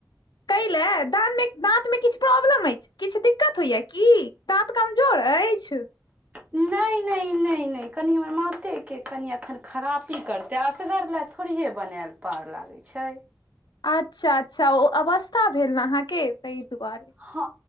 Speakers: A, on the left; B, on the right.
A: कै लए दाँतमे किछु प्रॉब्लम अछि की? किछु दिक्कत होइया की? दाँत कमजोर अछि।
B: नहि नहि नहि नहि कनि हमर मातेके कनि एखन खरापी करतै असगर लेतऽ थोड़िहे बनायल पार लागैत छै।
A: अच्छा अच्छा ओ अवस्था भेल ने अहाँके ताहि दुआरे।
B: ह